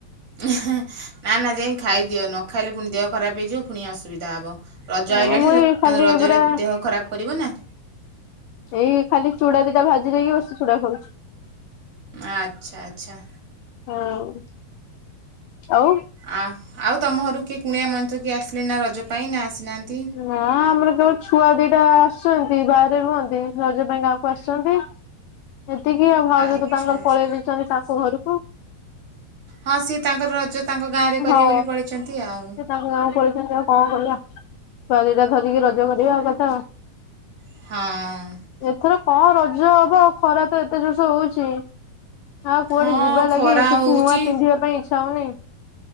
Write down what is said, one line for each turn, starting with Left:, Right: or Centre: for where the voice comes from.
Right: ଏହେଁ ନା ନା ଯାଇ ଖାଇଦିଅ ନ ଖାଇଲେ ପୁଣି ଦେହ ଖରାପ ହେଇଯିବ ପୁଣି ଅସୁବିଧା ହବ। ରଜ
Left: ହଁ
Right: ଆଇଲାଣି
Left: ମୁଁ ଏଇ ଖାଲି
Right: ରଜରେ
Left: ପୁରା
Right: ଦେହ ଖରାପ କରିବ ନା?
Left: ଏଇ ଖାଲି ଚୁଡ଼ା ଦିଟା ଭାଜି ଦେଇକି ବସି ଚୁଡା ଖାଉଛି।
Right: ଆଚ୍ଛା ଆଚ୍ଛା।
Left: ହଁଉ ଆଉ?
Right: ଆ ଆଉ ତମ ଘରୁକୁ କିଏ କୁଣିଆ ମଇଁତ୍ର କିଏ ଆସିଲେଣି ନା ରଜ ପାଇଁ ନା ଆସିନାହାନ୍ତି।
Left: ନା ଆମର କେବଳ ଛୁଆ ଦିଟା ଆସିଛନ୍ତି ବାହାରେ ରୁହନ୍ତି ରଜ ପାଇଁ ଗାଁକୁ ଆସିଚନ୍ତି ଏତିକି ଆଉ ଭାଉଜତ
Right: ଆଚ୍ଛା
Left: ତାଙ୍କର
Right: ଆଚ୍ଛା
Left: ପଳେଇ ଯାଇଛନ୍ତି ତାଙ୍କ ଘରୁକୁ।
Right: ହଁ ସିଏ ତାଙ୍କର ରଜ ତାଙ୍କ ଗାଁ ରେ କରିବେ
Left: ହଁ।
Right: ବୋଲି ପଳେଇଚନ୍ତି ଆଉ।
Left: ସେ ତାଙ୍କ ଗାଁ କୁ ପଳେଇଚନ୍ତି ଆଉ। ହଁ ଗଲା ଛୁଆ ଦିଟା ଧରିକି ରଜ କରିବା କଥା।
Right: ହଁ।
Left: ଏଥର କଣ ରଜ ହବ ଖରା ତ ଏତେ ଜୋରସେ ହଉଛି ଆଉ କୁଆଡେ
Right: ହଁ
Left: ଯିବା ଲାଗି
Right: ଖରା
Left: କିଛି
Right: ହଉଛି।
Left: ନୂଆ ପିନ୍ଧିବା ପାଇଁ ଇଚ୍ଛା ହଉନି।